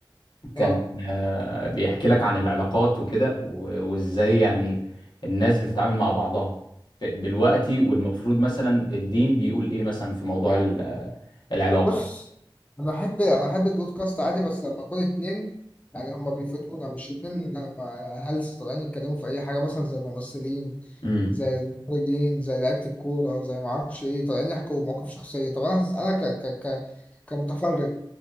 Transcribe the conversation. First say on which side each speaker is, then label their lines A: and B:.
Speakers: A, on the left (about 65°); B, on the left (about 15°).
A: كان
B: اه
A: آه، بيحكي لك عن العلاقات وكده و- وازاي يعني الناس بتتعامل مع بعضها ف- دلوقتي والمفروض مثلا الدين بيقول ايه مثلا في موضوع ال- آه، العلاقة
B: بص انا احب انا احب البودكاست عادي بس لما اكون اتنين يعني هما بيفيدونا مش اتنين هلس طالعين يتكلموا في اي حاجه مثلا زي ممثلين
A: امم
B: زي المخرجين زي لعيبه الكوره زي ما اعرفش ايه طالعين يحكوا مواقف شخصيه طب انا انا ك ك ك كمتفرج